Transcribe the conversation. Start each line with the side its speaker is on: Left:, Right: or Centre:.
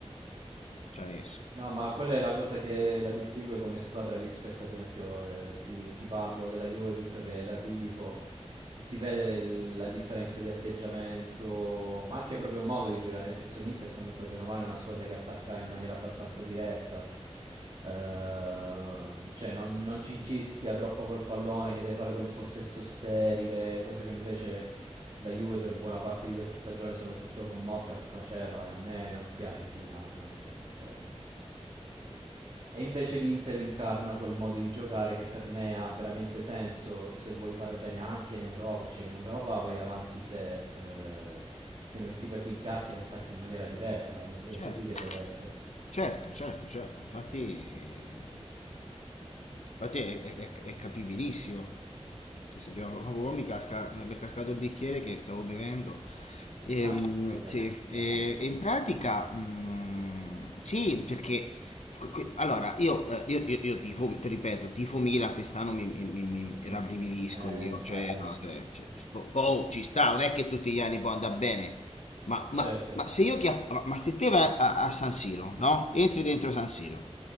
Left: Ci ha messo.
Right: No, ma quella è la cosa che la distingue come squadra rispetto, ad esempio, eh, ti, ti parlo della Juve, visto che la tifo, si vede le- la differenza di atteggiamento, ma anche proprio modo di giocare, nel senso l'Inter comunque bene o male è una squadra che attacca in maniera abbastanza diretta, Ehm, cioè non, non cincischia troppo col pallone che deve fare quel possesso sterile, cosa che invece la Juve per buona parte di questa stagione, soprattutto con Motta, faceva e a me non piace più di tanto, nel senso, cioè... E invece l'Inter incarna quel modo di giocare che per me ha veramente senso se vuoi fare bene anche in Europa, cioè in Europa vai avanti se, eh, se non ti perdi in chiacchiere e attacchi in maniera diretta, è, è
Left: Certo,
Right: così che deve essere.
Left: certo, certo, certo. Infatti Infatti è, è- è capibilissimo. Adesso ti- oh, mi casca- mi è cascato il bicchiere che stavo bevendo. E,
Right: Ah,
Left: mm,
Right: vabbè,
Left: sì,
Right: tranquillo.
Left: e, e in pratica, mm, sì, perché que- que- allora io, eh, io, io, io tifo, ti ripeto, tifo Milan quest'anno mi, mi, mi, mi
Right: Mm.
Left: rabbrividisco
Right: Eh,
Left: io, cioè,
Right: ai ai.
Left: no, cioè, cioè,
Right: <laughs>
Left: po- po- oh, ci sta, non è che tutti gli anni può andare bene. Ma, ma-
Right: Certo.
Left: ma se io chi ma ma se te vai a, a San Siro, no? Entri dentro San Siro